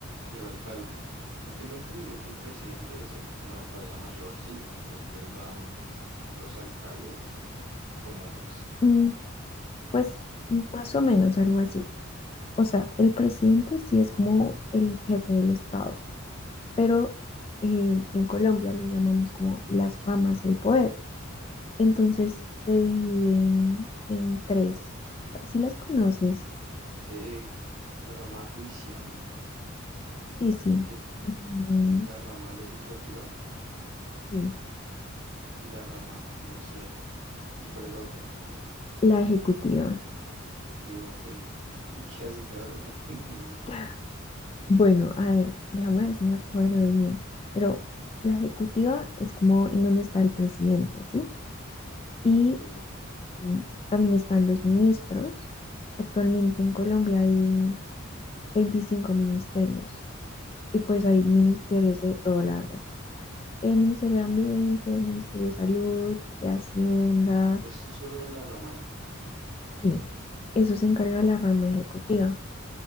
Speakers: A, on the right (about 65°); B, on the left (about 30°).
A: y el alcalde. Eh, tengo entendido que el presidente es el como la cabeza mayor, sí, después van los alcaldes, ¿cómo es
B: Mm, Pues más o menos algo así. O sea, el presidente sí es como el jefe del Estado, pero eh, en Colombia lo llamamos como las ramas del poder. Entonces
A: Ah,
B: se dividen en tres. Si las conoces?
A: eh, la rama judicial,
B: Sí, sí.
A: sí,
B: Em,
A: la rama legislativa
B: sí.
A: y la rama, ay, no sé, ¿y cuál es la otra?
B: La ejecutiva.
A: Tío, ok, ¿y qué hace cada una? <laughs> No sé,
B: <laughs> Bueno, a ver, déjame ver si me acuerdo bien, pero la ejecutiva es como en donde está el presidente, ¿sí? Y
A: ok,
B: mm, también están los ministros. Actualmente en Colombia hay mm, 25 ministerios y pues hay ministerios de todo, la verdad. El Ministerio de Ambiente, el Ministerio de Salud, de Hacienda,
A: esto solo en la rama ejecutiva.
B: sí, eso se encarga la rama ejecutiva.